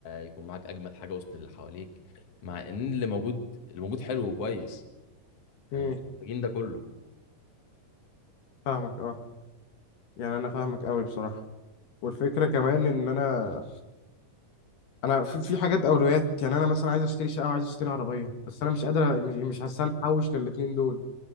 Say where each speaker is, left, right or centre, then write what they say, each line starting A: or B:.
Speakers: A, on the left; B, on the left.
A: يكون معاك اجمد حاجه وسط اللي حواليك مع ان اللي موجود اللي موجود حلو وكويس احنا
B: امم
A: مش محتاجين ده كله
B: فاهمك اه يعني انا فاهمك قوي بصراحه والفكره كمان ان انا انا في في حاجات اولويات يعني انا مثلا عايز اشتري شقه وعايز اشتري عربيه بس انا مش قادر مش مش هستنى احوش للاتنين دول